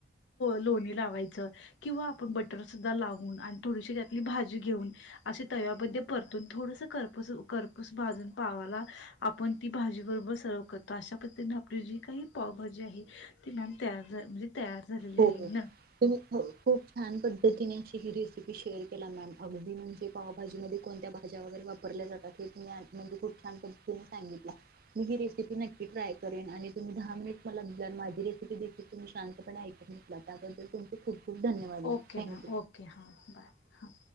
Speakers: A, on the left; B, on the right.
A: लोणी लावायच किंवा आपण बटर सुद्धा लावून आणि थोडीशी आपली भाजी घेऊन असे तव्यामध्ये परतून थोडंसं करपूस करपूस भाजून पावाला आपण ती भाजीबरोबर सर्व करतो अशा पद्धतीने आपली जी काही पावभाजी आहे ती मॅम तयार झा म्हणजे तयार झालेली
B: हो
A: आहे ना
B: त खूप छान पद्धतीने अ गिरी रेसिपी शेअर केला मॅम अगदी म्हणजे पावभाजीमध्ये कोणत्या भाज्या वगैरे वापरल्या जात हे तुम म्हणजे खु छान पद्धतीने सांगितला मी ही रेसिपी नक्की ट्राय करेन आणि तुम्ही दहा मिनिट मला दिला आणि माझी तुम्ही शांतप ला त्याबद्दल तुमचे खूप खूप धन्यवाद
A: ओके मॅम
B: थँक्यू.
A: ओके हां बाय हां.